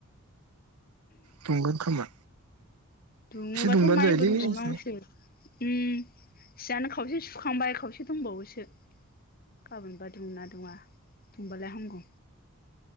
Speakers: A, on the right; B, on the left.
A: दुंगोन खोमा
B: दुङबाथ'
A: एसे दुंबानो
B: माइबो
A: जायोलै
B: रुबाव
A: एसे
B: नांगौसो उम सियानो खावसे सुखांबाय खावसे दंबावोसो गाबोनबा दुङोना दुङा दुंबाला हामगौ।